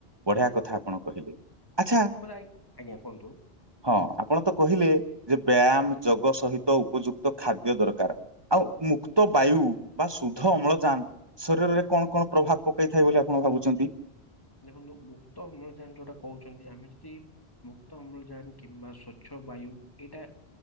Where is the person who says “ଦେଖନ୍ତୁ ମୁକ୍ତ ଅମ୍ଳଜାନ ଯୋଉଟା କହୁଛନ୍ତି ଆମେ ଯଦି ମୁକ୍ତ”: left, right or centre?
Left